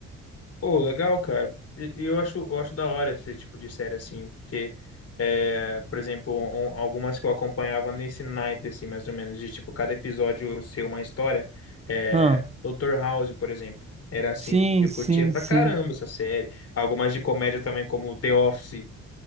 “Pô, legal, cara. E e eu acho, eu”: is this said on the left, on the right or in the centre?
Left